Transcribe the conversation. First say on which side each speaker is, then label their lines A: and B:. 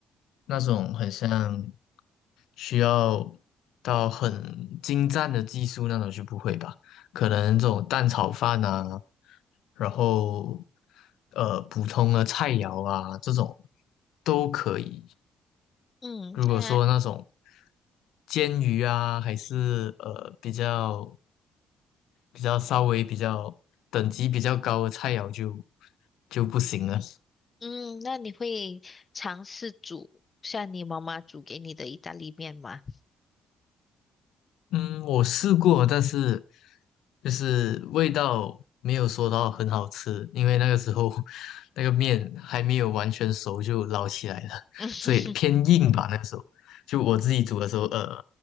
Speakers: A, on the left; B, on the left.
A: 那种很像需要到很精湛的技术那种就不会吧，可能这种蛋炒饭啊，然后呃普通的菜肴啊这种都可以。
B: 嗯，
A: 如果说那种
B: 那
A: 煎鱼啊，还是呃比较。比较稍微比较等级比较高的菜肴就就不行了。
B: 嗯，那你会尝试煮像你妈妈煮给你的意大利面吗？
A: 嗯，我试过，但是就是味道没有说到很好吃，因为那个时候 <laughs> 那个面还没有完全熟就捞起来了，
B: 嗯 <laughs>
A: 所以偏硬吧。那个时候就我自己煮的时候，呃，